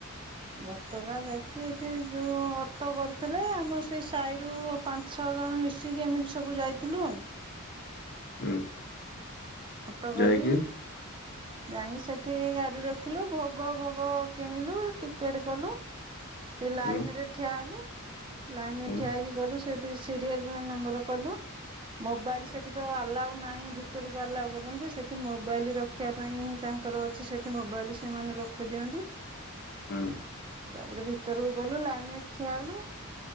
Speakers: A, on the right; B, on the left.
A: ଘଟଗାଁ ଯାଇଥିଲି ଏଠି ଯୋଉ ଅଟୋ କରିଥିଲେ ଆମର ସେଇ ସାହିରୁ ପାଞ୍ଚ ଛ ଛ ଜଣ ମିଶିକି ଏମିତି ସବୁ ଯାଇଥିଲୁ।
B: ହୁଁ।
A: ଅଟୋ କରି
B: ଯାଇକି
A: ଯାଇକି ସେଠି ଗାଡି ରଖିଲୁ ଭୋଗ ଭୋଗ କିଣିଲୁ ଟିକେଟ କଲୁ। ସେ ଲାଇନ
B: ହୁଁ
A: ରେ ଠିଆ ହେଲୁ। ଲାଇନରେ
B: ହୁଁ
A: ଠିଆ ହେକି ଗଲୁ ସେଠି ସିରିଏଲ ନମ୍ବର କଲୁ ମୋବାଇଲ ସେଠି ତ ଆଲାଉ ନାହିଁ ଭିତରକୁ ଆଲାଉ କରନ୍ତି ସେଠି ମୋବାଇଲ ରଖିବା ପାଇଁ ହିଁ ତାଙ୍କ ଙ୍କର ଅଛି ସେଠି ମୋବାଇଲ ସେମାନେ ରଖି ଦିଅନ୍ତି।
B: ହଁ।
A: ତାପରେ ଭିତରକୁ ଗଲୁ ଲାଇନ ଠିଆଲୁ